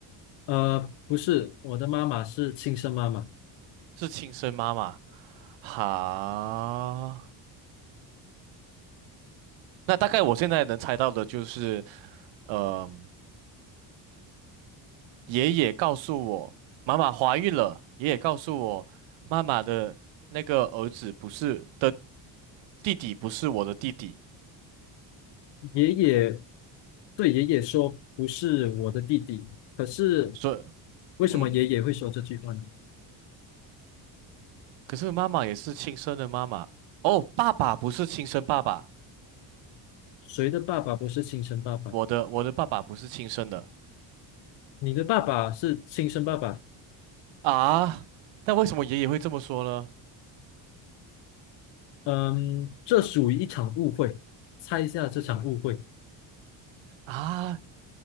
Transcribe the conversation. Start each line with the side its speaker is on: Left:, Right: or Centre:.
Left: 呃，不是，我的妈妈是亲生妈妈。
Right: 是亲生妈妈。好，那大概我现在能猜到的就是，呃，爷爷告诉我妈妈怀孕了，爷爷告诉我妈妈的那个儿子不是的弟弟不是我的弟弟，
Left: 爷爷对爷爷说不是我的弟弟，可是
Right: 所以
Left: 为什么爷爷会说这句话呢？
Right: 嗯，可是妈妈也是亲生的妈妈，哦，爸爸不是亲生爸爸。
Left: 谁的爸爸不是亲生爸爸？
Right: 我的我的爸爸不是亲生的
Left: 你的爸爸是亲生爸爸，
Right: 啊，但为什么爷爷会这么说呢？
Left: 嗯，这属于一场误会。猜一下这场误会。
Right: 啊，